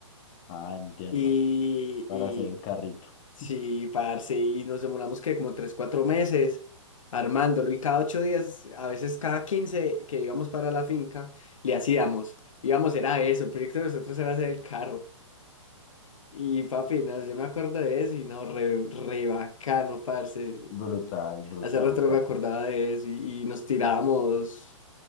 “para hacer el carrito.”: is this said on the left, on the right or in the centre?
Left